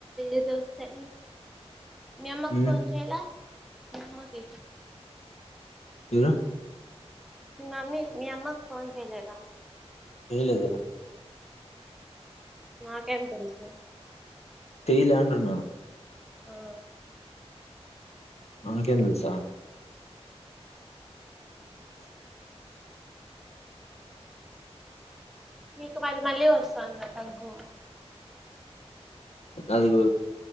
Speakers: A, in the centre; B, on the left (about 70°).
A: ఏది వస్తాది. మీ అమ్మకి
B: ఉమ్
A: ఫోన్ చేయలా మీ అమ్మకి
B: మీరు
A: మీ మమ్మీ మీ అమ్మకు ఫోన్ చేయలేదా.
B: చేయలేదు ఎడా
A: నాకేం తెలుసు
B: తీయాలె అంటున్నా
A: ఆ
B: నాకేం తెల్ సా
A: నీకు మళ్ మళ్ళీ వస్తాందిగా దగ్గు.
B: అదిగో